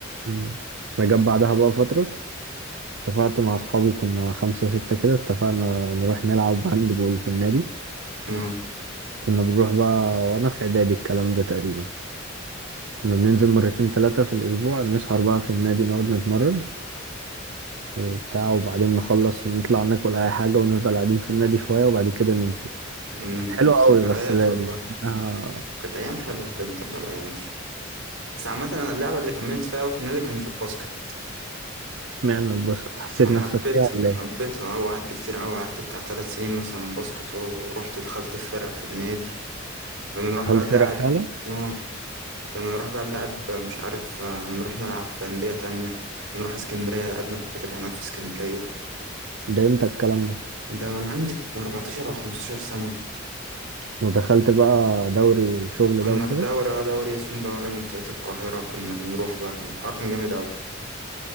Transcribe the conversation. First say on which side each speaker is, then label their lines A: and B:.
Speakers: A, on the right (about 70°); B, on the right (about 85°).
A: مم. فجت بعدها بقى فترة اتفقت مع أصحابي كنا خمسة ستة كده اتفقنا نروح نلعب هاند بول في النادي
B: آه.
A: كنا بنروح بقى وأنا في إعدادي الكلام ده تقريبا كنا بننزل مرتين تلاتة في الأسبوع نسهر بقى في النادي نقعد نتمرن وبتاع وبعدين نخلص نطلع ناكل أي حاجة ونفضل قاعدين في النادي شوية وبعد كده نمشي
B: أمم،
A: كانت حلوة
B: ذكريات
A: أوي بس لا
B: والله
A: لا- إنها-
B: كانت أيام حلوة بجد والله الأيام دي بس عامة أنا اللعبة اللي كملت فيها أوي في النادي كانت الباسكت
A: اشمعنى الباسكت حسيت
B: ما حبيتها
A: نفسك فيها ولا
B: حبيتها
A: إيه؟
B: أه وقعدت كتير أوي قعدت بتاع تلات سنين مثلا باسكت ورحت دخلت في فرق في النادي كنا نروح
A: دخلت
B: بقى نلعب
A: فرق فعلا؟
B: اه كنا نروح بقى نلعب مش عارف آه، نروح نلعب في أندية تانية نروح اسكندرية لعبنا قبل كده هناك في اسكندرية
A: ده إمتى الكلام ده؟
B: ده وأنا عندي 14 أو 15 سنة
A: ودخلت بقى دوري والشغل
B: كنا
A: ده وكده؟
B: في دوري اه دوري اسمه دوري منطقة القاهرة كنا بنروح بقى كان الحوار كان جامد أوي